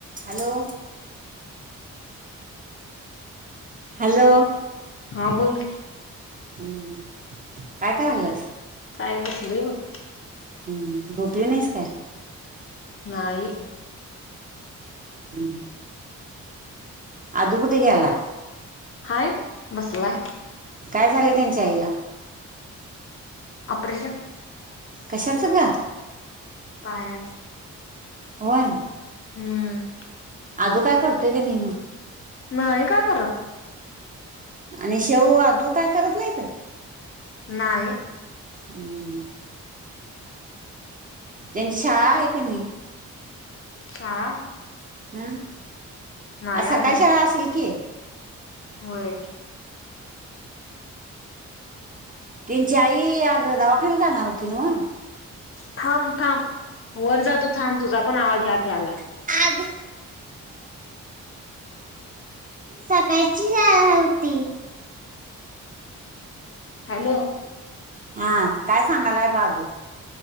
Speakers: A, on the right; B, on the left.
A: Hello. Hello.
B: हा बोल की
A: हम्म काय कराल्यास?
B: काय बसलोय बघ
A: हम्म झोपली नईस काय?
B: नाही.
A: हम् आधु कुठ गेला?
B: हाय बसलाय
A: काय झालंय त्यांच्या आईला?
B: ऑपरेशन
A: कशाच ग?
B: पायाच
A: वय?
B: हम्म.
A: आदु काय करतोय काय नई मग?
B: नाही काय करत
A: आणि शेऊ, आदू काय करत नईत?
B: नाही.
A: हम्म. त्यांची शाळा हाय काय नई?
B: शाळा
A: हम्
B: नाही
A: आज सकाळची
B: अजून
A: शाळा असेल की.
B: होय
A: तीनची आई आज दवा ती जाना हूती नव्ह
B: थांब थांब वर जातो थांब तुझा पण आवाज ह्यात यालाय
A: <inaudible> आज सकाळची शाळा होती.
B: हॅलो
A: हा काय सांगालाय बग आदू